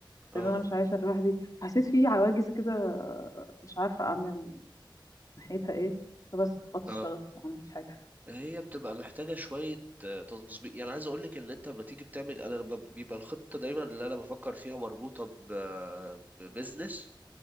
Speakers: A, on the right; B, on the left.
A: اه
B: لان انا مش عايشه لوحدي حسيت في عواجز كده مش عارفه اعمل ناحيتها ايه فبس فقدت الشغف
A: اه
B: ما عملتش حاجه
A: هي بتبقى محتاجة شوية آه، تظبيط يعني عايز أقولك إن أنت لما تيجي بتعمل أنا لما بيبقى الخطة دايما اللي أنا بفكر فيها مربوطة ب- ببزنس